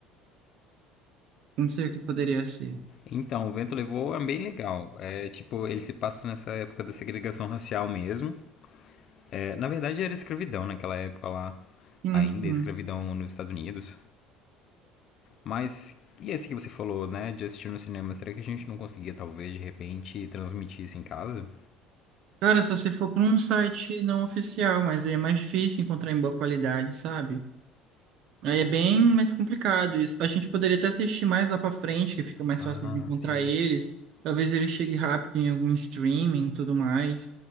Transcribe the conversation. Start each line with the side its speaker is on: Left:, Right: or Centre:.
Right: Não sei o que poderia ser.
Left: Então, O Vento Levou é bem legal. É tipo, ele se passa nessa época da segregação racial mesmo. É, na verdade, era escravidão naquela época lá,
Right: Sim,
Left: ainda,
Right: sim.
Left: é escravidão nos Estados Unidos. Mas, e esse que você falou, né, de assistir no cinema, será que a gente não conseguia talvez de repente transmitir isso em casa?
Right: Cara, só se for pra um site não oficial, mas aí é mais difícil encontrar em boa qualidade, sabe? Aí é bem mais complicado isso. A gente poderia até assistir mais lá pra frente, que fica mais
Left: Ah,
Right: fácil de encontrar
Left: sim.
Right: eles. Talvez ele chegue rápido em algum streaming e tudo mais.